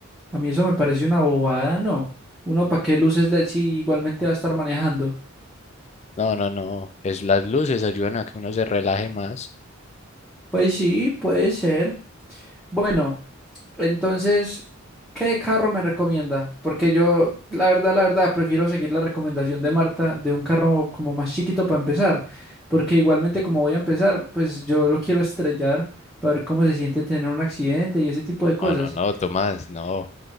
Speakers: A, in the centre; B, on the left.
A: A mí eso me parece una bobada, ¿no? Uno, ¿para qué luces LED si igualmente va a estar manejando?
B: No, no, no, es las luces ayudan a que uno se relaje más.
A: Pues sí, puede ser. Bueno, entonces, ¿qué carro me recomienda? Porque yo, la verdad, la verdad, prefiero seguir la recomendación de Marta de un carro como más chiquito para empezar. Porque igualmente como voy a empezar, pues yo lo quiero estrellar para ver cómo se siente tener un accidente y ese tipo de cosas.
B: No, no, no, Tomás, no.